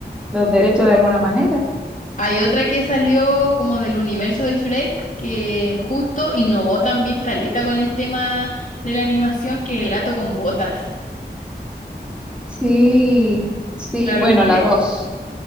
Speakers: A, in the centre; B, on the left (about 45°).
A: los derechos de alguna manera.
B: Hay otra que salió como del universo de Shrek, que justo innovó también caleta con el tema de la animación, que es el gato con botas.
A: Sí, sí,
B: ¿La
A: bueno,
B: viste?
A: la dos,